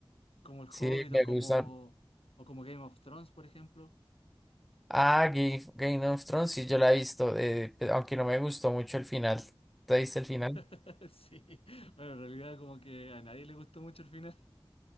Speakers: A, on the left; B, in the centre.
A: como El Hobbit
B: Sí, me
A: o como,
B: gusta.
A: o como Game of Thrones, por ejemplo.
B: Ah, Game, Game of Thrones, sí, yo la he visto, eh, pe- aunque no me gustó mucho el final. ¿Te viste el final?
A: <laughs> Sí, bueno, en realidad como que a nadie le gustó mucho el final.